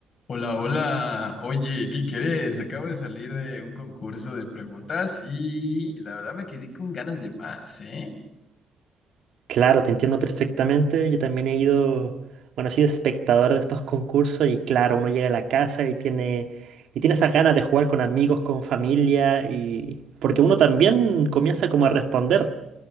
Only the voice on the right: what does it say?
Claro, te entiendo perfectamente. Yo también he ido, bueno, he sido espectador de estos concursos y claro, uno llega a la casa y tiene, y tiene esas ganas de jugar con amigos, con familia y porque uno también comienza como a responder